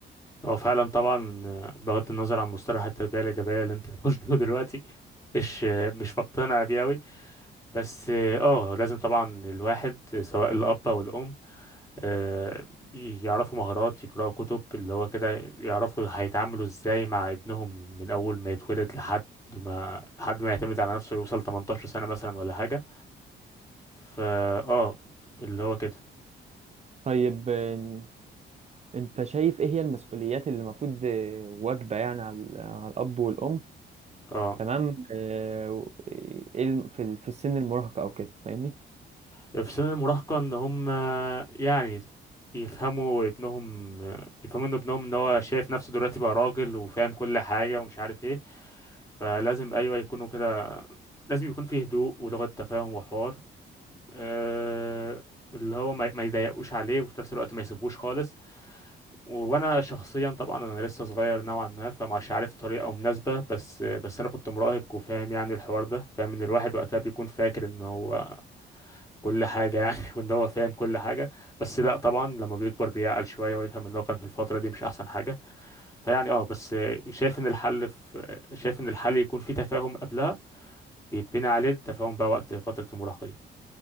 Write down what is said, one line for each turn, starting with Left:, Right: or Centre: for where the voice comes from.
Left: هو فعلا طبعا آه، بغض النظر عن مصطلح التربية الإيجابية اللي انت <laughs> قلته دلوقتي مش آه، مش بقتنع بيه أوي بس اه آه، لازم طبعا الواحد سواء الأب أو الأم آه، يعرفوا مهارات يقرأوا كتب اللي هو كده يعرفوا هيتعاملوا ازاي مع ابنهم من اول ما يتولد لحد ما لحد ما يعتمد على نفسه يوصل 18 سنة مثلا ولا حاجة فا اه اللي هو كده
Right: طيب آه، انت شايف ايه هي المسؤوليات اللي المفروض آه، واجبة يعني على على الاب والام
Left: اه
Right: تمام آه، و- ايه الم- في ال- في السن المراهقة او كده فاهمني
Left: في سن المراهقة ان هم يعني يفهموا ابنهم يفهموا ان ابنهم ان هو شايف نفسه دلوقتي بقى راجل وفاهم كل حاجة ومش عارف ايه فلازم ايوه يكونوا كده لازم يكون فيه هدوء ولغة تفاهم وحوار آه، اللي هو ما ما يضايقوش عليه وفي نفس الوقت ما يسيبوش خالص وانا شخصيا طبعا انا لسه صغير نوعا ما فمش عارف طريقه مناسبه بس بس انا كنت مراهق وفاهم يعني الحوار ده فاهم ان الواحد وقتها بيكون فاكر ان هو كل حاجه يعني <laughs> وان هو فاهم كل حاجه بس لا طبعا لما بيكبر بيعقل شويه ويفهم ان هو كان في الفتره دي مش احسن حاجه فيعني اه بس شايف ان الحل في شايف ان الحل يكون في تفاهم قبلها بيتبنى عليه التفاهم بقى وقت فتره المراهقه دي